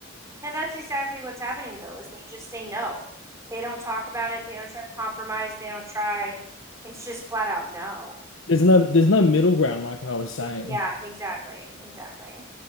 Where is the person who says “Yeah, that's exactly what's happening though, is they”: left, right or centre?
Right